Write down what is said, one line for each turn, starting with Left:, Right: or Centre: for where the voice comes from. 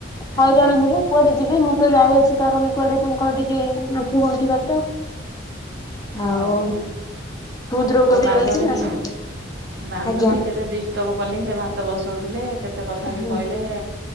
Right: ଆଜ୍ଞା
Left: ହଇରାଣ
Right: ଆଜ୍ଞା
Left: ହେବ। କୁଆଡେ ଯିବି ମୁଁ ତ ଯାଇ ଆସି ପାରୁନି କୁଆଡେ ତାଙ୍କର ଟିକେ ଆଠୁ ଗଣ୍ଠି ବାତ।
Right: ହଉ
Left: ଆଉ
Right: ହଉ।
Left: ହୃଦ ରୋଗ
Right: ଆଉ
Left: ବି
Right: ବାନ୍ଧବୀ
Left: ରହିଛି ନା ସେଥିପାଇଁ
Right: ବାନ୍ଧବୀ
Left: ଆଜ୍ଞା
Right: କେତେ ଷ୍ଟବ କଲି ସେ ଭାତ ବସଉଥିଲେ କେତେ କଥା ବି
Left: ହଁ।
Right: କହିଲେ